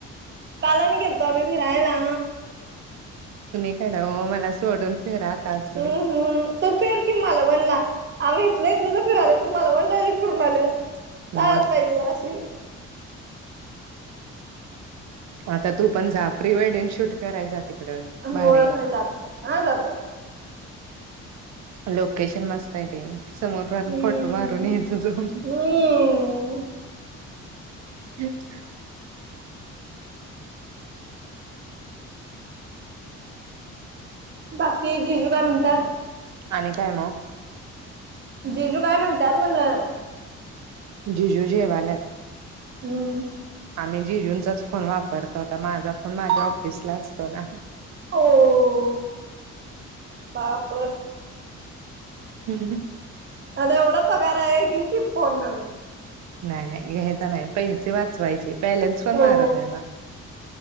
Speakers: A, on the right; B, on the right.
A: काल गेलतो आम्ही फिरायला.
B: कुणीकड ओ मला सोडून फिरलासा
A: हम्म
B: <inaudible>
A: हम्म तू फिर कि मालवण ला आम्ही इथल्या इथं त तर फिरलोय तु मालवण डायरेक्ट फिरून आल्यास लाज
B: मग
A: पाहिजे जराशी.
B: आता तू पण जा प्री वेडिंग शूट कराय जा तिकडं भारी
A: होय
B: आहे
A: होय जातो. हा जातो
B: लोकेशन मस्त हाय ते समुद्रात
A: हम्म
B: फोटो मारून यायच जाऊन.
A: हम्म
B: ह <inaudible>
A: बाकी जिजू काय म्हणतात
B: आणि काय मग
A: जीजू काय म्हणतयात म्हणलं
B: जीजु जेवल्यात
A: हम
B: मी जिजूनंचाच फोन वापरतो आता माझा फोन माझ्या ऑफिसला असतो ना
A: हो. पाप
B: हम
A: अता एवढा पगार आहे घे की फोन
B: नाय नाय घ्यायचा नाही पैसे वाचवायचे बॅलन्स पण
A: हो
B: मारत नाही बा